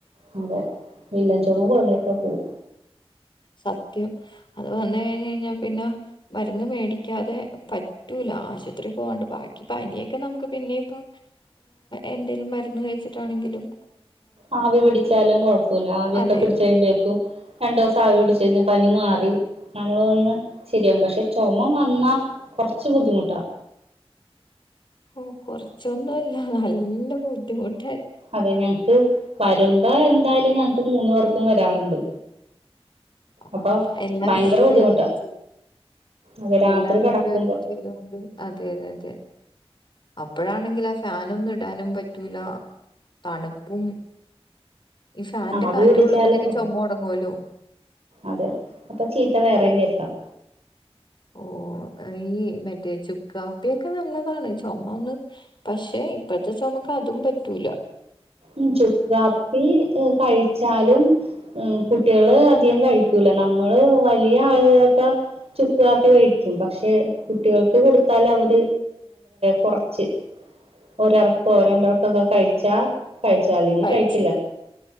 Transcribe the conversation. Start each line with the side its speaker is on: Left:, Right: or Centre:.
Right: അതെ വില്ലൻ ചുമ <unintelligible>
Left: സത്യം അത് വന്നു കഴിഞ്ഞു കഴിഞ്ഞാൽ പിന്നെ മരുന്നു മേടിക്കാതെ പറ്റൂല ആശുപത്രിയിൽ പോവാതെ നമുക്ക് പനിയൊക്കെ പിന്നെയും എന്തേലും മരുന്ന് കഴിച്ചിട്ട് ആണെങ്കിലും
Right: ആവി പിടിച്ചാലും കുഴപ്പമില്ല ആവി ഒക്കെ
Left: അതെ
Right: പിടിച്ചു കഴിയുമ്പോഴേക്കും രണ്ടു ദിവസം ആവി പിടിച്ചു കഴിഞ്ഞാൽ പനി മാറി നമ്മൾ ഒന്ന് ശരിയാവും പക്ഷേ ചുമ വന്നാൽ കുറച്ചു ബുദ്ധിമുട്ടാ
Left: ഓ കുറച്ചൊന്നുമല്ല നല്ല ബുദ്ധിമുട്ട്
Right: അതെ ഞങ്ങൾക്ക് വരുമ്പോൾ എന്തായാലും ഞ മൂന്നുപേർക്കും വരാറുണ്ട്
Left: ആ
Right: അപ്പൊ
Left: എല്ലാവർക്കും
Right: ഭയങ്കര
Left: കൂടി
Right: ബുദ്ധിമുട്ടാ
Left: ഒരുമിച്ച്
Right: അത് രാത്രി
Left: എല്ലാവർക്കും
Right: കിടക്കുമ്പോ
Left: ഒരുമിച്ച് വരാറ് അതെ അതെ അപ്പോഴാണ് ഫാന് ഒന്നുംഇടാനും പറ്റൂല്ല തണുപ്പും ഈ ഫാന്റെ
Right: ആവി
Left: കാറ്റ്
Right: പിടിച്ചാലും
Left: കൊള്ളുമ്പത്തേക്ക്
Right: കുറയും
Left: ചൊമ തൊടങ്ങുവല്ലോ
Right: അതെ അപ്പോൾ ചീത്ത വേറെയും കേൾക്കാം
Left: ഓ ഈ മറ്റേ ചുക്കാപ്പി ഒക്കെ നല്ലതാണ് ചുമ ഒന്ന് പക്ഷേ ഇപ്പത്തെ ചുമക്ക് അതും പറ്റില്ല
Right: ഈ ചുക്കാപ്പി കഴിച്ചാലും കുട്ടികള് അധികം കഴിക്കില്ല നമ്മൾ വലിയ ആളുകളൊക്കെ ചുക്കുകാപ്പികഴിക്കും പക്ഷേ കുട്ടികൾക്ക് കൊടുത്താൽ അവർ കുറച്ച് ഒരറക്കൊ രണ്ടറക്കൊങ്ങ് കഴിച്ചാ കഴിച്ചാല്ലെങ്കി
Left: കഴിച്ച്
Right: കഴിക്കില്ല